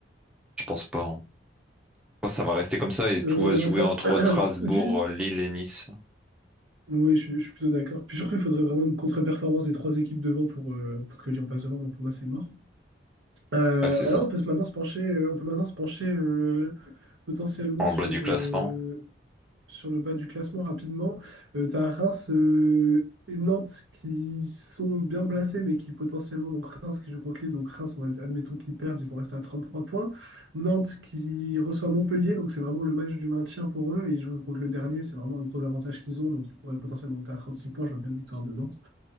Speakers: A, in the centre; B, on the right.
A: Je pense pas. hein. Je pense que ça va rester comme ça et tout
B: euh, ouais,
A: va
B: non,
A: se jouer
B: ça.
A: entre
B: <clears throat>
A: Strasbourg,
B: Et puis,
A: euh, Lille et Nice.
B: oui, je, suis je suis plutôt d'accord. Puis surtout, il faudrait vraiment une contre-performance des trois équipes devant pour, euh, pour que Lyon passe devant. Donc pour moi, c'est mort. Euh,
A: Ouais, c'est
B: voilà,
A: ça.
B: on peut se- maintenant se pencher, euh, on peut maintenant se pencher euh, potentiellement
A: En
B: sur,
A: bas du classement.
B: euh, sur le bas du classement rapidement. Euh, tu Reims euh, et Nantes qui sont bien placés, mais qui potentiellement, donc Reims qui joue contre Lille, donc Reims, on va, admettons qu'ils perdent, ils vont rester à 33 points. Nantes qui reçoit Montpellier, donc c'est vraiment le match du maintien pour eux. et Ils jouent contre le dernier, c'est vraiment un gros avantage qu'ils ont, donc ils pourraient potentiellement monter à 36 points, je vois bien une victoire de Nantes.